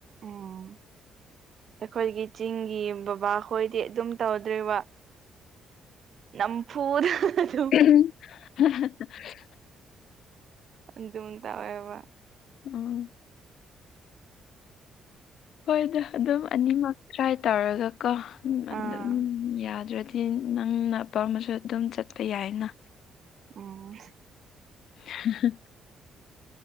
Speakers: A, on the right (about 55°); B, on the left (about 70°).
A: ꯎꯝ ꯑꯩꯈꯣꯏꯒꯤ ꯆꯤꯡꯒꯤ ꯕꯕꯥ ꯍꯣꯏꯗꯤ ꯑꯗꯨꯝ ꯇꯧꯗ꯭ꯔꯤꯕ ꯅꯝꯐꯨꯗ ꯑꯗꯨꯝ
B: ꯎꯝ ꯍꯥ ꯍꯥ ꯍꯥ
A: ꯑꯗꯨꯝ ꯇꯧꯋꯦꯕ
B: ꯎꯝ ꯍꯣꯏꯗ ꯑꯗꯨꯝ ꯑꯅꯤꯃꯛ ꯇ꯭ꯔꯥꯏ ꯇꯧꯔꯒ ꯀꯣ
A: ꯑꯥ
B: ꯑꯗꯨꯝ ꯌꯥꯗ꯭ꯔꯗꯤ ꯗꯤ ꯅꯪꯅ ꯑꯄꯥꯝꯕꯁꯨ ꯑꯗꯨꯝ ꯆꯠꯄ ꯌꯥꯏꯅ
A: ꯎꯝ
B: ꯍꯥ ꯍꯥ